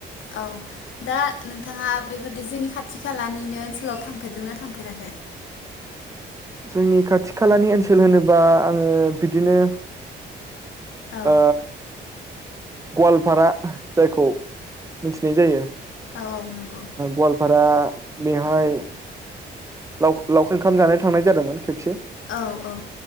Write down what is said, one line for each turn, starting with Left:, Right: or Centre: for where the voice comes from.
Left: औ दा नोंथाङा बेफोरदि जोंनि खाथि खालानिनो ओनसोलाव थांफेरदोंना थांफेराखै?
Right: जोंनि खाथि खालानि ओनसोल होनोबा आङो बिदिनो
Left: औ
Right: ओ गवालपारा जायखौ मिथिनाय जायो।
Left: औ औ नंगौ
Right: गवालपारा। बेहाय लावखार ओंखाम जानो थांनाय जादोंमोन खेबसे।
Left: औ औ।